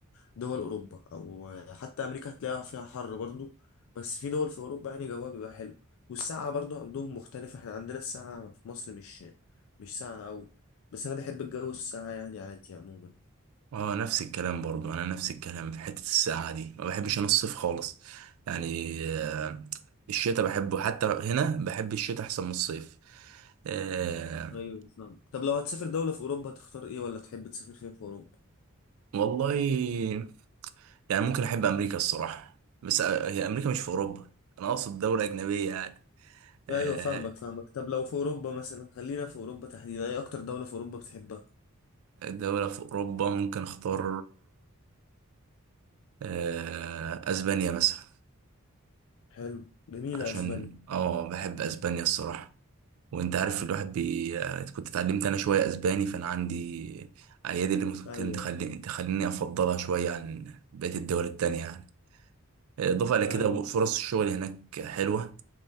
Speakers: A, on the left; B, on the right.
A: دول أوروبا أو حتى أمريكا هتلاقيها فيها حر برضو بس في دول في أوروبا يعني جوها بيبقى حلو والساعة برضو عندهم مختلفة إحنا عندنا الساعة في مصر مش مش ساعة قوي بس أنا بحب الجو الساعة يعني عادي عموما
B: اه نفس الكلام برضو انا نفس الكلام في حته السقعه دي ما بحبش انا الصيف خالص يعني آه، الشتاء بحبه حتى هنا بحب الشتاء احسن من الصيف آه
A: ايوه فاهم طب لو هتسافر دولة في أوروبا هتختار إيه ولا تحب تسافر فين في أوروبا؟
B: والله يعني ممكن احب امريكا الصراحه بس آه، هي امريكا مش في اوروبا انا اقصد دوله اجنبيه يعني آه
A: ايوه فاهمك فاهمك طب لو في اوروبا مثلا خلينا في اوروبا تحديدا ايه اكتر دولة في اوروبا بتحبها
B: دوله في اوروبا ممكن اختار آه اسبانيا مثلا
A: حلو جميلة
B: عشان
A: اسبانيا
B: اه بحب اسبانيا الصراحه وانت عارف الواحد بي... آه، كنت اتعلمت انا شويه اسباني فانا عندي ايادي اللي ممكن
A: ايوه
B: تخلي... تخليني افضلها شويه عن بقيه الدول التانية يعني اضافه الى كده
A: ايوه
B: فرص الشغل هناك حلوه